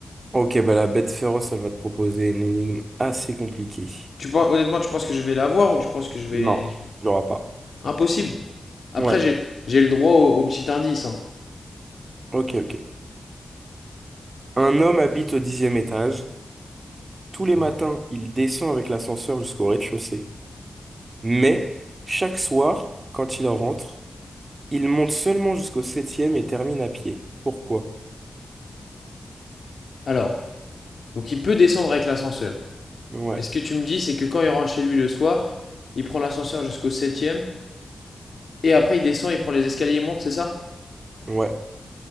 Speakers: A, on the right; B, on the left.
A: Ok, bah la bête féroce, elle va te proposer une énigme assez compliquée.
B: Tu penses, honnêtement, tu penses que je vais la voir ou tu penses que je vais...
A: Non,
B: je vais-
A: tu l'auras pas.
B: Impossible. Après,
A: Ouais,
B: j'ai j'ai le droit au, au petit indice, hein.
A: ok, ok. Un homme habite au dixième étage. Tous les
B: Ouais.
A: matins, il descend avec l'ascenseur jusqu'au rez-de-chaussée. Mais chaque soir, quand il rentre, il monte seulement jusqu'au septième et termine à pied. Pourquoi?
B: Alors, donc il peut descendre avec l'ascenseur.
A: Ouais,
B: Et ce que tu me dis, c'est que quand il rentre chez lui le soir, il prend l'ascenseur jusqu'au septième Et après, il descend, il prend les escaliers et monte, c'est ça
A: ouais.